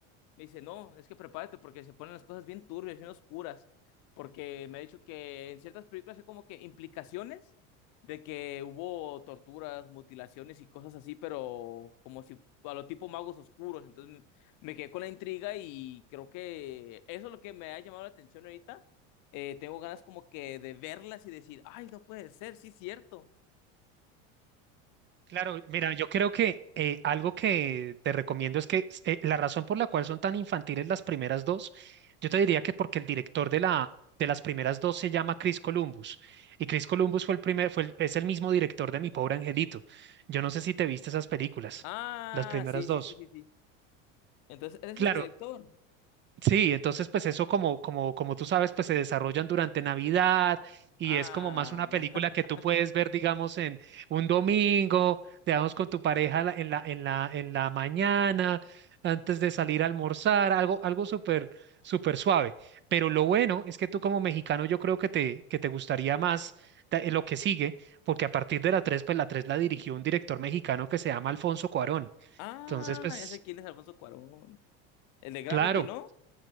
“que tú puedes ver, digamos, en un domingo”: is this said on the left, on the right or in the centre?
Right